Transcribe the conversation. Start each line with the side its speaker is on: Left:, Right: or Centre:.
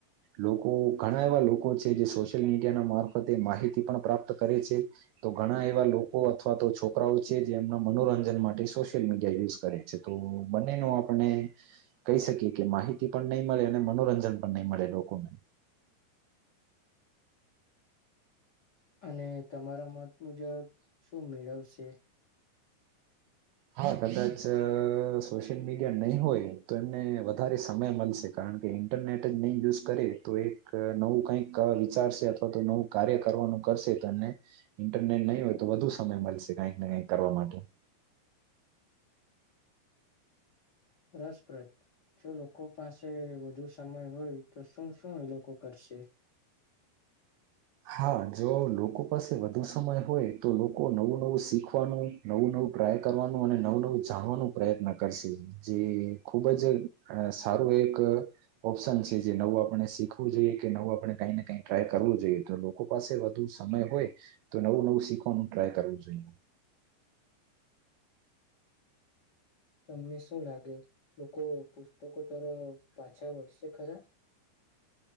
Right: લોકો તો ઘણા એવા લોકો છે જે સોશિયલ મીડિયાના મારફતે માહિતી પણ પ્રાપ્ત કરે છે તો ઘણા એવા લોકો અથવા તો છોકરાઓ છે જે એમના મનોરંજન માટે સોશિયલ મીડિયા યુઝ કરે છે તો બંને ન આપને કહી શકીએ કે માહિતી પણ નહીં મળે અને મનોરંજન પણ નહીં મળે લોકોને
Left: અને તમારા મત મુજબ શું મેળવશે
Right: હા કદા સોશિયલ મીડિયા નહી હોય તો એમને વધારે સમય મળશે કારણ કે ઇન્ટરનેટ જ નહી યુઝ કરે તો એક નવું કઈક વિચારશે અથવા તો નવું કાર્ય કરવાનું કરશે તો એ ઇન્ટરનેટ નહીં હોય તો વધુ સમય મળશે કઈક ને કઈક કરવા માટે
Left: રસપ્રદ જો લોકો પાસે વધુ સમય હોય તો શું શું એ લોકો કરશે
Right: હા જો લોકો પાસે વધુ સમય હોય તો લોકો નવું નવું શીખવાનું નવું નવું ટ્રાય કરવાનું અને નવું નવું જાણવાનું પ્રયત્ન કરશે જે ખુબ જ સારું એક ઓપ્શન છે જે નવું આપણે શીખવું જોઈએ કે નવું આપણે કંઈ ને કઈ ટ્રાય કરવું જોઈએ તો લોકો પાસે વધુ સમય હોય તો નવું નવું શીખવાનું ટ્રાય કરવું જોઈએ
Left: તમને શું લાગે લોકો પુસ્તકો તરફ પાછા વળસે ખરા